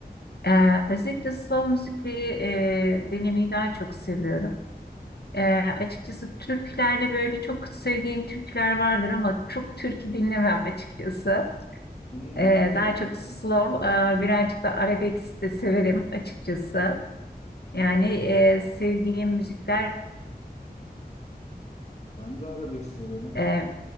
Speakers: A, on the left; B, on the left.
A: E, özellikle slow müzikleri e, dinlemeyi daha çok seviyorum. Ee, açıkçası türkülerde böyle çok sevdiğim türküler vardır ama çok türkü dinlemem açıkçası.
B: Hmm,
A: Ee, daha çok
B: bak,
A: slow, e, birazcık da arabesk de severim açıkçası. Yani e, sevdiğim müzikler
B: ben de arabesk severim.
A: e,